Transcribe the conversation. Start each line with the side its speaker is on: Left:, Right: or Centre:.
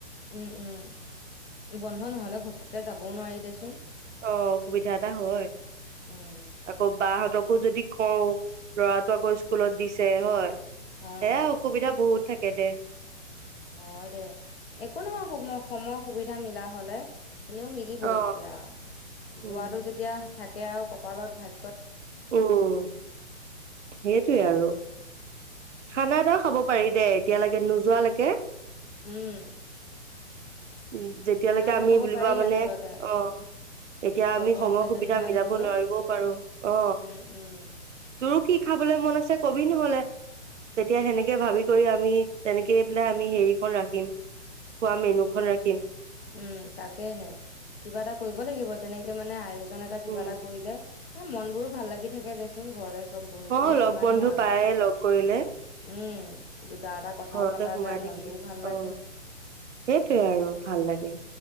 Left: উম উম। বন্ধ নহলে ঘ পকে যাবও নোৱাৰি দেচোন।
Right: অ' অসুবিধা এটা হয়
Left: উম,
Right: আকৌ বা হঁতক <unintelligible> যদি কওঁ, ল'ৰাটো আকৌ স্কুলত দিছে হয়
Left: অ',
Right: সেয়া
Left: অ',
Right: অসুবিধা বহুত থাক কে দে
Left: হয় দে একো নহয় সম সময় সুবিধা মিলা হলে এনেও মিলিবই
Right: অ
Left: তেতিয়া
Right: উম
Left: যোৱাটো যেতিয়া থাকে আৰু কপালত ভাগ
Right: উম সেইটোৱে আৰু খানা এটাও খাব পাৰি দে এতিয়ালৈকে নোযোৱালৈকে
Left: উম
Right: উম যেতিয়ালৈকে
Left: খানা এটা
Right: আমি
Left: খাব
Right: বুলিবা
Left: পাৰি
Right: মানে
Left: আচলতে
Right: অ তেতিয়া আমি
Left: লগৰ
Right: সময়-সুবিধা
Left: কেইজনীমান
Right: মিলাব
Left: হৈ।
Right: নোৱাৰিবও পাৰো অ
Left: উম, উম,
Right: তো দি খাবলৈ মন আছে কবি নহ'লে তেতিয়া সেনেকে ভাবি কৰি আমি তেনেকেই পেলাই আমি হেৰিখন ৰাখিম খোৱা মেনুখন ৰাখিম
Left: উম তাকেহে কিবা এটা কৰিব লাগিব তেনেকে মানে আয়োজন এটা কিবা
Right: উম
Left: এটা কৰিলে এ মনবোৰো ভাল লাগি থাকে দেচোন ঘৰতে চব বহি
Right: অ
Left: বহি
Right: লগ
Left: কিমাননো
Right: বন্ধু
Left: আৰু।
Right: পায়ে লগ কৰিলে
Left: উম, দুটা এটা কথাও
Right: ঘৰতে
Left: পাতা
Right: সোমাই
Left: যায়
Right: থাকি
Left: মনটোও ভাল লাগে।
Right: অ সেইটোৱে আৰু ভাল লাগে